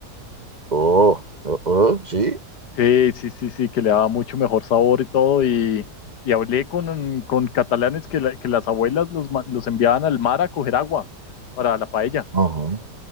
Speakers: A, on the right (about 30°); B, on the left (about 85°).
A: Oh, oh, oh, sí.
B: Sí, sí, sí, sí, que le daba mucho mejor sabor y todo. Y, y hablé con, con catalanes que, la- que las abuelas los, ma- los enviaban al mar a coger agua para la paella.
A: Ajá,